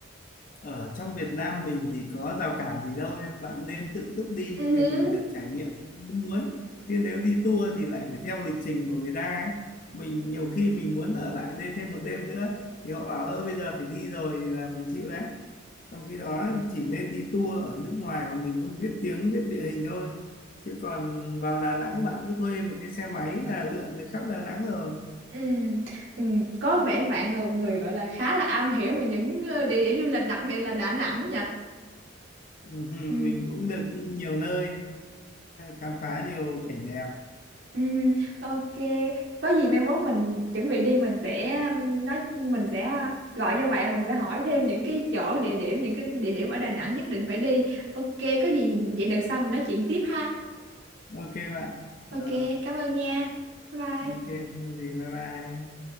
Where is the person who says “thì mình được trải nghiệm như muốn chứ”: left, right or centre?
Left